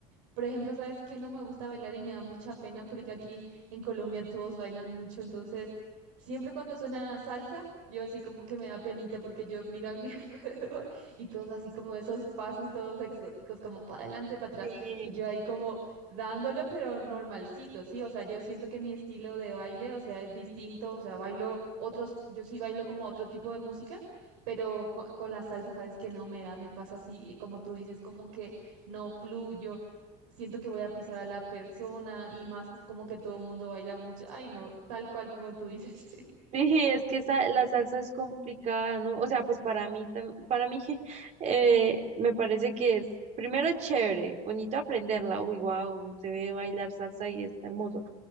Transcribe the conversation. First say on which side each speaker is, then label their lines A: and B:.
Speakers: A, on the right; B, on the right.
A: por ejemplo, ¿sabes qué? No me gusta bailar y me da mucha pena porque aquí en Colombia todos bailan mucho, entonces siempre cuando suena salsa, yo así como que me da penita porque yo miro a mi <laughs> alrededor y todos así como esos pasos todos exóticos, como para adelante, para atrás,
B: Sí.
A: y yo ahí como dándolo, pero normalcito, ¿sí? O sea, yo siento que mi estilo de baile, o sea, es distinto, o sea, bailo otros, yo sí bailo como otro tipo de música, pero co- con, la salsa, ¿sabes qué? No me da, me pasa así, como tú dices, como que no fluyo siento que voy a pisar a la persona y más co- como que todo el mundo baila mucho. Ay, no, tal cual como tú dices. <laughs>
B: Sí, es que esa, la salsa es complicada, ¿no? O sea, pues para mí, tam- para mí <laughs> eh, me parece que es, primero chévere, bonito aprenderla, uy, wow, se ve bailar salsa y está hermoso,